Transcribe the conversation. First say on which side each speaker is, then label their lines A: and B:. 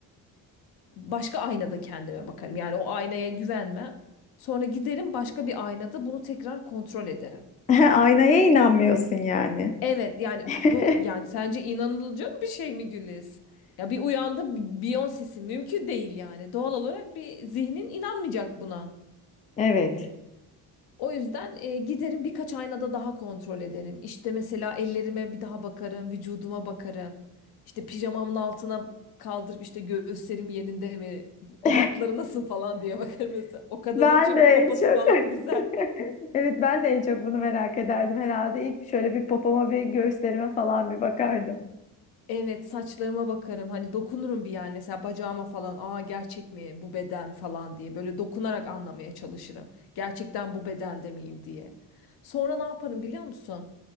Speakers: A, on the left; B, on the left.
A: başka aynada kendime bakarım. Yani o aynaya güvenmem. Sonra giderim başka bir aynada bunu tekrar kontrol ederim.
B: <laughs> Aynaya inanmıyorsun yani.
A: Evet yani
B: <laughs>
A: bu yani sence inanılacak bir şey mi Güliz? Ya bir uyandı Beyoncé'si mümkün değil yani. Doğal olarak bir zihnin inanmayacak buna.
B: Evet.
A: O yüzden e, giderim birkaç aynada daha kontrol ederim. İşte mesela ellerime bir daha bakarım, vücuduma bakarım. İşte pijamamın altına kaldırıp işte göğüslerim yerinde mi,
B: <laughs>
A: ebatları nasıl falan diye bakarım mesela. O kadının
B: Ben
A: çünkü
B: de en
A: poposu
B: çok
A: falan
B: <laughs>
A: güzel.
B: evet ben de en çok bunu merak ederdim herhalde. İlk şöyle bir popoma bir göğüslerime falan bir bakardım.
A: Evet, saçlarıma bakarım. Hani dokunurum bir yani mesela bacağıma falan. Aa gerçek mi bu beden falan diye böyle dokunarak anlamaya çalışırım. Gerçekten bu bedende miyim diye. Sonra ne yaparım biliyor musun?